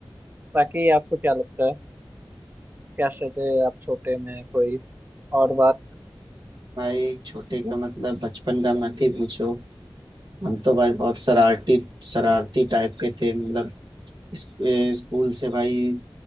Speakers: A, on the right (about 20°); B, on the right (about 60°).
A: बाकी आपको क्या लगता है कैसे थे आप छोटे में कोई और बात
B: भाई छोटे का मतलब बचपन का मत ही पूछो हम तो भाई बहुत शरारती शरारती टाइप के थे मतलब इस- ए, स्कूल से भाई